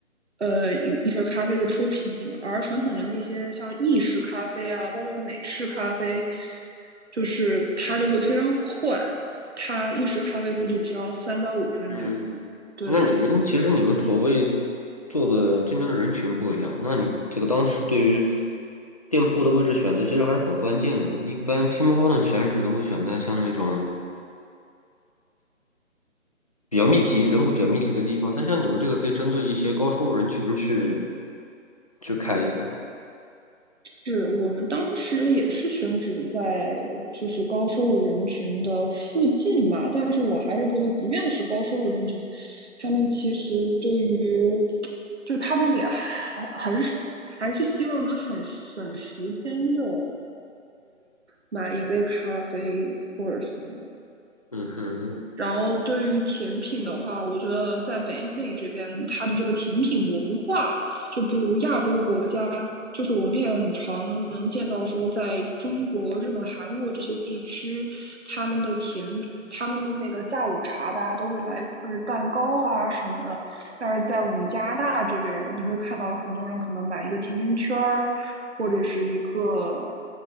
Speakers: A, on the right; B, on the left.
A: 呃一一份咖啡的出品，而传统的那些像意式咖啡啊，包括美式咖啡，就是它就会非常快，它意式咖啡估计只要三到五分钟。
B: 嗯，
A: 对，
B: 那你们其实你们所谓做的竞争的人群不一样，那你这个当时对于店铺的位置选择其实还是很关键的。一般 Tim Hortons 选址都会选在像那种比较密集、人口比较密集的地方。但像你们这个可以针对一些高收入人群去去开一个。
A: 是我们当时也是选址在就是高收入人群的附近吧，但是我还是觉得，即便是高收入人群，他们其实对于，就他们也还还是还是希望能很省时间的买一杯咖啡或者什么的。
B: 嗯哼，
A: 然后对于甜品的话，我觉得在北美这边，它的这个甜品文化就不如亚洲国家。就是我们也很常能见到说，在中国、日本、韩国这些地区，他们的甜他们的那个下午茶，大家都会来一份蛋糕啊什么的。但是在我们加拿大这边你会看到很多人可能买一个甜甜圈儿，或者是一个